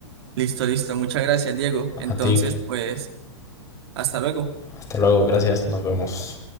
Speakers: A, on the right; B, on the left.
A: Listo, listo, muchas gracias, Diego. Entonces,
B: A ti,
A: pues, hasta luego.
B: hasta luego, gracias, nos vemos.